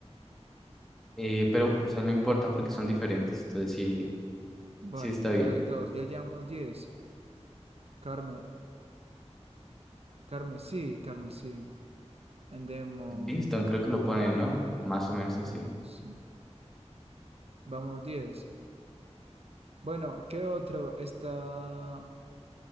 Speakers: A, in the centre; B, on the right.
A: Eh, pero, o sea, no importa porque son diferentes, entonces sí,
B: Vale,
A: sí está
B: entonces
A: bien.
B: hay dos. Ya llevamos diez. Carme, carmesí, carmesí. Endemoniado
A: Livingston creo que lo ponen, ¿no?
B: y
A: Más o menos
B: carmesí.
A: así.
B: Vamos, diez. Bueno, ¿qué otro? Está